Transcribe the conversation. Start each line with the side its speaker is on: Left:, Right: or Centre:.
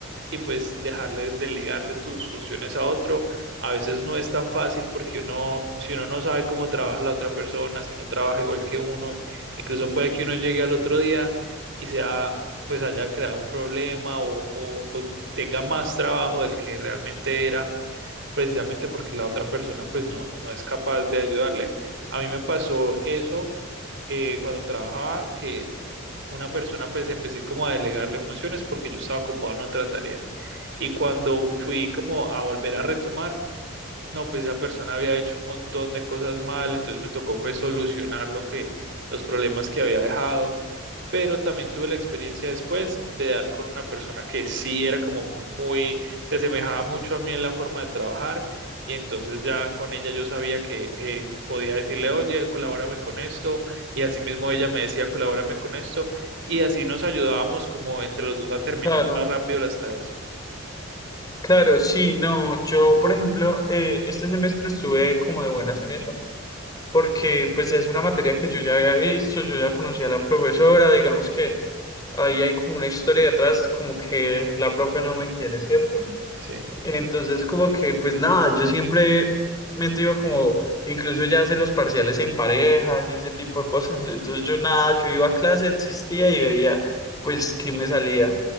Right: y pues dejarles, delegarle tus funciones a otro. A veces no es tan fácil porque uno, si uno no sabe cómo trabaja la otra persona, si no trabaja igual que uno, incluso puede que uno llegue al otro día y sea, pues haya creado un problema o, o, o tenga más trabajo del que realmente era, precisamente porque la otra persona pues no, no es capaz de ayudarle. A mí me pasó eso eh, cuando trabajaba, que una persona pues empecé como a delegarle funciones porque yo estaba ocupado en otra tarea. Y cuando fui como a volver a retomar, no, pues esa persona había hecho un montón de cosas mal, entonces me tocó fue solucionar lo que, los problemas que había dejado, pero también tuve la experiencia después de dar con una persona que sí era como muy, se asemejaba mucho a mí en la forma de trabajar, y entonces ya con ella yo sabía que eh, podía decirle, oye, colabórame con esto, y asimismo ella me decía, colabórame con esto, y así nos ayudábamos como entre los dos a terminar
Left: claro,
Right: más rápido las tareas.
Left: claro, sí, no, yo, por ejemplo, eh, este semestre estuve como de buenas en eso porque pues es una materia que yo ya había visto, yo ya conocía a la profesora, digamos que ahí hay como una historia detrás, como que la profe no me quiere, ¿cierto?
Right: Sí,
Left: Entonces como que pues nada, yo siempre me iba como, incluso ya hacer los parciales en parejas y ese tipo de cosas, entonces yo nada, yo iba a clase, existía y veía pues qué me salía.